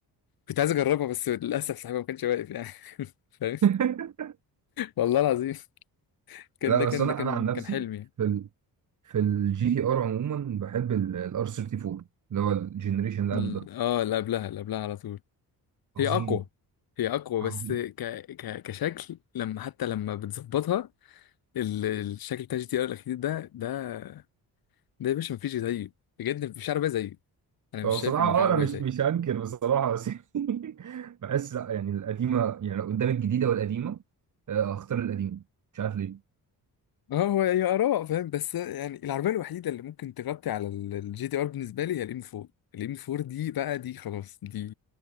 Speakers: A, on the left; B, on the right.
A: كنت عايز اجربها بس للاسف صاحبها ما كانش واقف يعني <laughs> فاهم
B: <laughs>
A: والله العظيم كان
B: لا
A: ده كان
B: بس انا
A: ده كان
B: انا عن نفسي
A: كان حلمي
B: في ال... في الجي تي ار عموما بحب الار 34 اللي هو الجنريشن اللي
A: ال-
B: قبل ده
A: اه اللي قبلها اللي قبلها على طول
B: عظيم
A: هي اقوى هي اقوى بس
B: عظيم
A: ك ك كشكل لما حتى لما بتظبطها ال- الشكل بتاع جي تي ار الاخير ده ده ده يا باشا مفيش زيه بجد مفيش عربيه زيه انا مش
B: هو بصراحة
A: شايف ان
B: اه
A: في عربيه
B: انا مش
A: زيه
B: مش هنكر بصراحة بس <laughs> بحس لا يعني القديمة يعني لو قدام الجديدة والقديمة آه، اختار القديمة مش عارف ليه
A: اه هو هي اراء فاهم بس يعني العربيه الوحيده اللي ممكن تغطي على الجي تي ار بالنسبه لي هي الام 4 الام 4 دي بقى دي خلاص دي